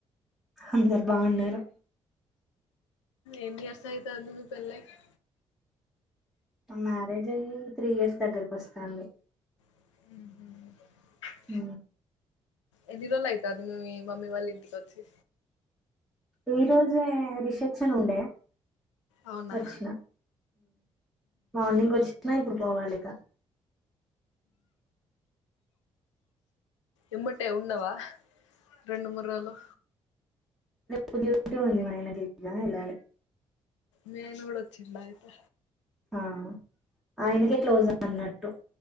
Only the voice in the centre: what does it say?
అందర్ బావున్నరు.
ఆ మ్యారేజ్ అయి త్రీ ఇయర్స్ దగ్గరకి వస్తాంది
ఉ
ఈ రోజే రిసెప్షన్ ఉండే
ఓచ్చిన మార్నింగ్ ఓచ్చిన డు పోవాలిగా
కొద్ది కొద్దిగా మా ఆయన గిట్ల వెళ్లాలి
ఆ ఆయనకే క్లోజ్ అన్నట్టు